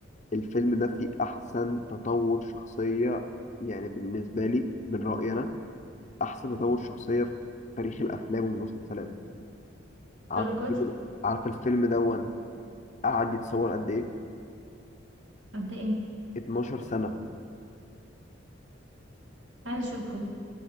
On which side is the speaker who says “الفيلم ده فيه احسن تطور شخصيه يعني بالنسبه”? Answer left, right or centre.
Left